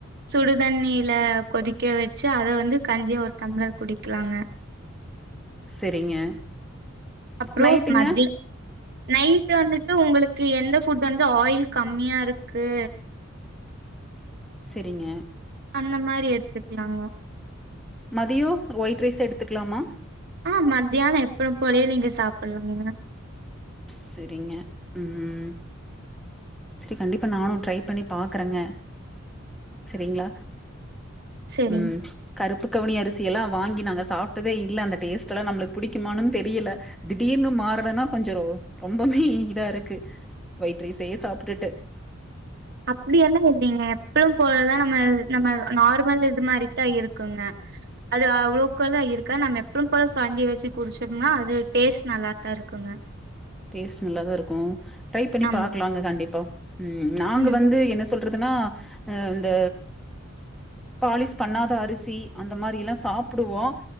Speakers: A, on the right; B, in the centre.
A: சுடுதண்ணியல கொதிக்க வச்சு அத வந்து கஞ்சியா ஒரு டம்ளர் குடிக்கலாங்க
B: செரிங்க
A: அப்றோ
B: நைட்டுங்க
A: மத்திய நைட்டு வந்துட்டு உங்களுக்கு எந்த ஃபுட் வந்து ஆயில் கம்மியா இருக்கு
B: செரிங்க
A: அந்த மாரி எடுத்துக்லாங்க
B: மதியோ ஒயிட் ரைசே எடுத்துக்லாமா
A: ஆஹ் மத்தியான எப்பியு போலயே நீங்க சாப்பல்லா நீங்க
B: செரிங்க உம் செரி கண்டிப்பா நானு ட்ரை பண்ணி பாக்கறங்க செரிங்ளா
A: சரிங்
B: உம் கருப்பு கவுனி அரிசிஎல்லா வாங்கி நாங்க சாப்ட்டதே இல்ல அந்த டேஸ்ட் எல்லா நம்மளுக் பிடிக்குமாணும் தெரியல திடீர்னு மார்றதனா கொஞ்சோ ரொம்பமே இதா இருக்கு ஒயிட் ரைஸே சாப் ப்ட்டுட்டு
A: அப்டியெல்லா இல்லீங்க எப்பியு போலதா நம்ம நம்ம நார்மல் இது மாரித்தா இருக்குங்க அது அவ்ளவுக்குதா இருக்கா நம்ம எப்பும் போல கஞ்சி வெச்சு குடிச்சம்னா அது டேஸ்ட் நல்லாத்தா இருக்குங்க
B: டேஸ்ட்டு நல்லா தா இருக்கு ட்ரை பண்ணி
A: ஆமா
B: பாக்லாங்க கண்டிப்பா உம் நாங்க
A: ம்
B: வந்து என்ன சொல் ல்றதுன்னா அ இந்த பாலிஷ் பண்ணாத அரிசி அந்த மாரி எல்லா சாப்புடுவோ